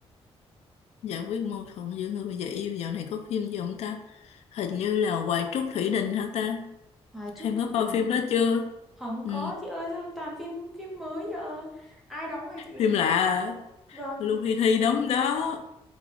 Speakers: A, on the left (about 75°); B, in the centre.
A: giải quyết mâu thuẫn giữa người và yêu dạo này có phim gì không ta hình như là Hoài Trúc Thủy Đình hả ta
B: Hoài Trúc
A: em có
B: Thủy
A: coi
B: Đình.
A: phim đó chưa
B: Không
A: ừ,
B: có chị ơi sao toàn phim phim mới giờ. Ai đóng vậy chị?
A: phim lạ à.
B: Vâng,
A: Lưu Thi Thi đóng đó